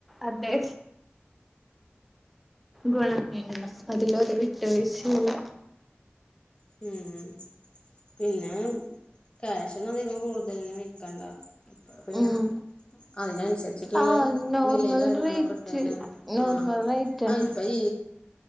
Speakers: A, in the centre; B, on the left.
A: അതെ ഗുണം അതിലൊരു വിട്ടുവീഴ്ചെല്ല
B: ഉം പിന്നെ ക്യാഷന്ന അധികം കൂടുതലന് വിക്കണ്ട അ പിന്നെ
A: ഉം
B: അയ്ൻസ് കച്ചിട്ടുള്ള
A: ആഹ് നോർമൽ
B: വിലയും കാര്യങ്ങളൊക്കെ
A: റേറ്റ്
B: ഇട്ടു ഞൻ
A: നോർമൽ
B: ആഹ്
A: റേറ്റ് തന്നെ
B: ആഹ് ഇപ്പ ഈ